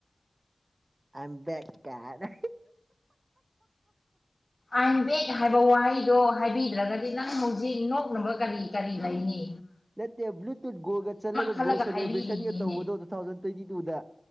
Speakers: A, on the right; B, on the left.
A: ꯑꯝꯕ ꯀꯔ
B: ꯑꯥꯏꯟ ꯕꯦꯦꯛ ꯍꯥꯏꯕ ꯋꯥꯍꯩꯗꯣ ꯍꯥꯏꯕꯤꯗ꯭ꯔꯒꯗꯤ ꯅꯪ ꯃꯨꯖꯤꯛ ꯅꯣꯛꯅꯕ ꯀꯔꯤ ꯀꯔꯤ ꯑꯅꯤ
A: ꯅꯠꯇꯦ ꯕ꯭ꯂꯨꯇꯨꯠ ꯒꯣꯜꯒ ꯆꯠꯂꯒ
B: ꯈꯜꯂꯒ
A: ꯒꯣꯜ ꯁꯦꯂꯦꯕ꯭ꯔꯦꯁꯟꯒ
B: ꯍꯥꯏꯕꯤꯔꯤꯅꯤꯅꯦ
A: ꯇꯧꯕꯗꯣ ꯇꯨ ꯊꯥꯎꯖꯟ ꯇ꯭ꯋꯦꯟꯇꯤ ꯇꯨꯗ